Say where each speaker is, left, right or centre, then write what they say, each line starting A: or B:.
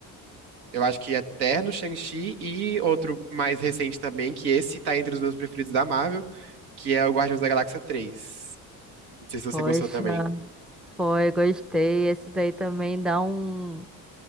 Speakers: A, on the right; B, in the centre.
A: Eu acho que Eterno, Shang-Chi e outro mais recente também, que esse tá entre os meus preferidos da Marvel, que é o Guardiões da Galáxia 3. Não sei se você
B: Poxa,
A: gostou também.
B: foi, gostei. Esse daí também dá um,